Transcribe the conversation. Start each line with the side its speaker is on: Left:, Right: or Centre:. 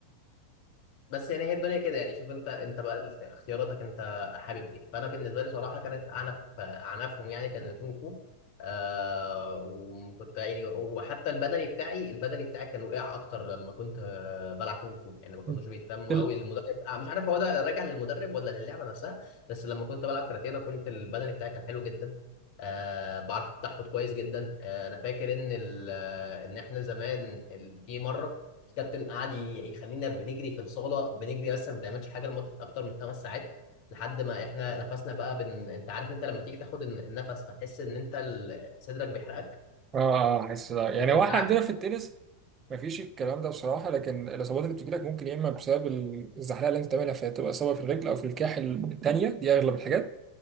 Left: بس يعني هي الدنيا كده يعني شوف انت انت بقى اختياراتك انت حابب ايه فانا بالنسبه لي صراحه كانت عنف عنفهم يعني كان الكونغ فو آه وكنت يعني وحتى البدني بتاعي البدني بتاعي كان وقع اكتر لما كنت آه، بلعب كونغ فو يعني ما كانوش
Right: م.
Left: بيهتموا
Right: ال-
Left: قوي المدرب آه مش عارف هو ده راجع للمدرب ولا للعبه نفسها بس لما كنت بلعب كاراتيه انا كنت البدني بتاعي كان حلو جدا آه بعرف التحوط كويس جدا آه انا فاكر ان ال- آه، ان احنا زمان ال- في مره الكابتن قعد ي- يخلينا بنجري في الصاله بنجري بس ما بنعملش حاجه لمده اكتر من خمس ساعات لحد ما احنا نفسنا بقى بن... انت عارف انت لما تيجي تاخد الن- النفس فتحس ان انت ال- صدرك بيحرقك
Right: اه اه حاسس لا. يعني
Left: فكره
Right: هو احنا
Left: تعب
Right: عندنا في التنس مفيش الكلام ده بصراحة لكن الإصابات اللي بتجيلك ممكن يا إما بسبب ال- الزحلقة اللي أنت بتعملها فتبقى إصابة في الرجل أو في الكاحل التانية دي أغلب الحاجات